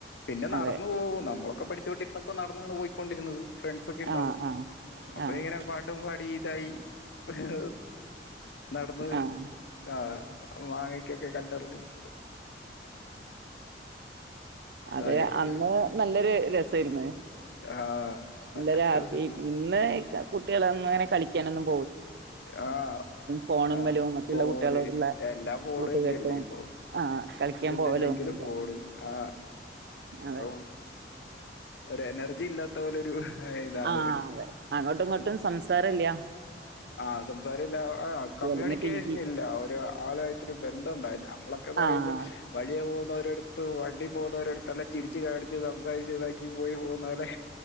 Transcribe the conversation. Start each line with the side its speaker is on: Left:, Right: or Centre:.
Left: പിന്നെ നടന്നു
Right: അതെ
Left: പോവു നമ്മള് ഇപ്പ പഠിച്ചോണ്ടിര്ന്നപ്പ നടന്നാണ് പോയിക്കൊണ്ടിര്ന്നത് ഫ്രണ്ട്സ ഒക്കെ ഇണ്ടാവും
Right: ആഹ് ആഹ്
Left: അപ്പൊ
Right: ആഹ്
Left: ങ്ങനെ പാട്ടും പാടി ഇണ്ടായി <unintelligible> നടന്ന്
Right: ആഹ്
Left: ആ ഓ മാങ്ങക്കൊക്കെ കല്ലെറിഞ്ഞ്
Right: അതെ
Left: അങ്ങനെ
Right: അന്ന്
Left: പോയിട്ട്.
Right: നല്ലൊരു രസെയിര്ന്ന്
Left: ആ
Right: എല്ലൊരു
Left: അതൊക്കെ
Right: ഹാപ്പി ഇന്ന് <unintelligible> കുട്ടികളൊന്ന് അങ്ങനെ കളിക്കാനെന്നും
Left: ആ
Right: ഫോണുമ്മലും
Left: ആ
Right: മറ്റുള്ള
Left: ഫോണ്
Right: കുട്ടികളോടുള്ള
Left: എല്ലാ ഫോണ്ന്നെല്ലെ
Right: കൂട്ടുകെട്ടും
Left: ഇപ്പൊ
Right: ആഹ് കളിക്കാൻ
Left: എന്ത്‌ണ്ടെങ്കിലും
Right: പോവലും ഒന്നുല്ല
Left: ഫോണ് ആ
Right: അതെ
Left: ഓ ഒരു എനർജി ഇല്ലാത്ത പോലെ ഒരു ഇതാണ്
Right: ആ അതെ അങ്ങട്ടും ഇങ്ങട്ടും സംസാര ഇല്ല
Left: ആഹ സംസാരില്ല ആഹ കമ്മ്യൂണിക്കേഷൻ
Right: അല്ലെങ്കിൽ ടി വി
Left: ഇല്ല ഒരു ആളാ യിട്ടു ഒരു ബന്ധമുണ്ടായിന് നമ്മളൊക്കെ പറയുമ്പോ
Right: ആഹ്
Left: വഴിയ പോ ഇ ഒരിടടുത്ത് വണ്ടി പോകുന്ന ഒരിടുത്ത്ല്ലാം ചിരിച്ച്ു കാണിച്ചു സംസാരിച്ചച്ച് ഇതാക്കി പോയി പോകുന്നലെ